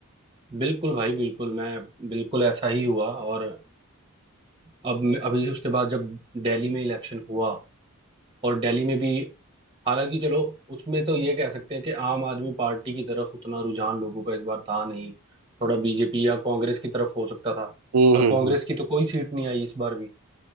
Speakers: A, on the right; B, on the right.
A: बिल्कुल भाई बिल्कुल मैं बिल्कुल ऐसा ही हुआ और अब अभी उसके बाद जब दिल्ली में इलेक्शन हुआ और दिल्ली में भी हालांकि चलो उसमें तो ये कह सकते हैं कि आम आदमी पार्टी की तरफ उतना रुझान लोगों का इस बार था नहीं थोड़ा बीजेपी या कांग्रेस की तरफ हो सकता था
B: हम्म
A: पर
B: हम्म
A: कांग्रेस
B: हम्म,
A: की तो कोई सीट नहीं आई इस बार भी